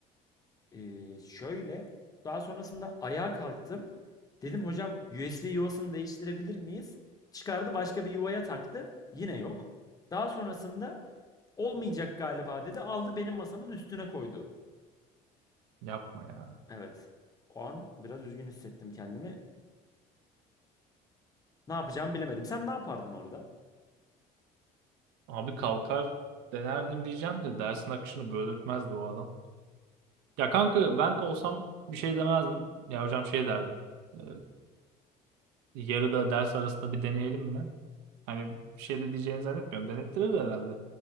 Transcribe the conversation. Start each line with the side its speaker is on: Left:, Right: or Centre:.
Left: Ee, şöyle daha sonrasında ayağa kalktım. Dedim hocam USB yuvasını değiştirebilir miyiz? Çıkardı başka bir yuvaya taktı. Yine yok. Daha sonrasında olmayacak galiba dedi. Aldı benim masamın üstüne koydu.
Right: Yapma ya.
Left: Evet. O an biraz üzgün hissettim kendimi. Ne yapacağımı bilemedim. Sen ne yapardın orada?
Right: Abi kalkar denerdim diyeceğim de dersin akışını böldürtmezdi o adam. Ya kanka ben olsam bir şey demezdim. Ya hocam şey derdim. "Ee, Yarıda ders arasında bir deneyelim mi? Hani bir şey de diyeceğini zannetmiyorum. Denettirir de herhalde.